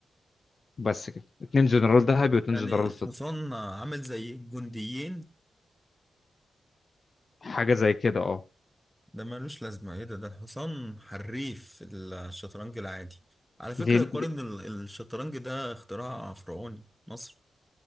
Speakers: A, on the left; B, in the centre.
A: بس كده اتنين جنرال ذهبي واتنين
B: يعني
A: جنرال
B: الحصان
A: فضي
B: عامل زي الجنديين
A: حاجة زي كده اه
B: ده ملوش لازمة ايه ده ده الحصان حريف في الشطرنج العادي على فكرة
A: ليه
B: يقال
A: ليه-
B: ان ال- الشطرنج ده اختراع فرعوني مصر